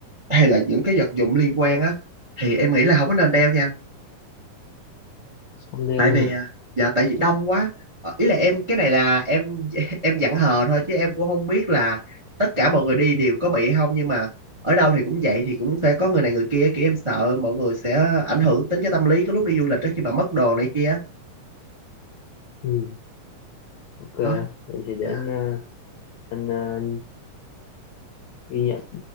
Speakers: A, on the right; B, on the left.
A: hay là những cái vật dụng liên quan á thì em nghĩ là không có nên đeo nha anh.
B: không đeo
A: tại
B: luôn
A: vì
B: hả
A: à, dạ tại vì đông quá Ờ, ý là em cái này là em <laughs> em dặn hờ thôi chứ em cũng không biết là tất cả mọi người đi đều có bị không nhưng mà ở đâu thì cũng vậy thì cũng sẽ có người này người kia kiểu em sợ mọi người sẽ ảnh hưởng đến cái tâm lý cái lúc đi du lịch đó khi mà mất đồ này kia
B: ừ. ok
A: đó
B: vậy thì để
A: dạ
B: anh à, anh à, ghi nhận